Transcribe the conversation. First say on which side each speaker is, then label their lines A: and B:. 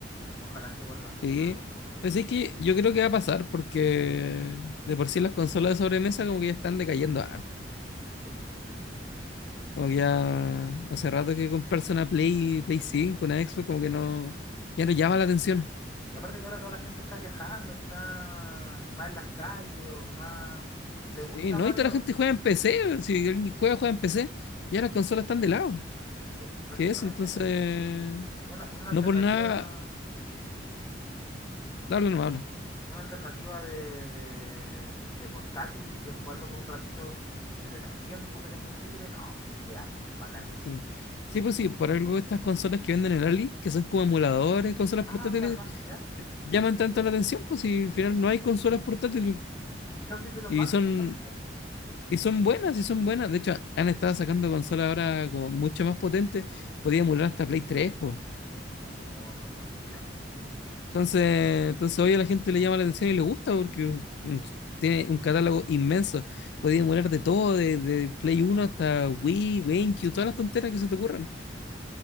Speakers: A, on the left; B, on the left.
A: Ojalá que vuelvan
B: Sí.
A: en algún punto.
B: Pues es que yo creo que va a pasar porque de por sí las consolas de sobremesa como que ya están decayendo harto.
A: Sí.
B: Como que ya hace rato que comprarse una Play, Play cinco una Xbox, como que no, ya no llama la atención.
A: Y aparte que ahora toda la gente está viajando, está más en las calles o más... Le gusta
B: Sí, no,
A: más
B: y toda
A: lo...
B: la gente juega en PC. Si alguien juega, juega en PC. Ya
A: Sí,
B: las consolas están de lado.
A: sí, prácticamente.
B: Sí, eso, entonces.
A: Una, una alternativa,
B: No por nada. Habla, no habla.
A: una alternativa de, de, de portátil, de jugarlo por un ratito en el tiempo que tengáis libre, no, ideal, bacán.
B: Sí. Sí, pues sí, por algo estas consolas que venden en Ali, que son como emuladores, consolas
A: Ah,
B: portátiles,
A: ¿verdad? ¿Ya?
B: llaman tanto la atención, pues si al final no hay consolas portátiles.
A: ¿Y son títulos
B: Y
A: básicos
B: son,
A: también, po?
B: y son buenas, y son buenas. De hecho, han estado sacando consolas ahora como mucho más potentes. Podía emular hasta Play 3, pues.
A: Oh, no sabía. Buenísimo.
B: Entonces, entonces hoy a la gente le llama la atención y le gusta porque mm, tiene un catálogo inmenso. Podéis emular de todo, de, de Play uno hasta Wii, GameCube, todas las tonteras que se te ocurran.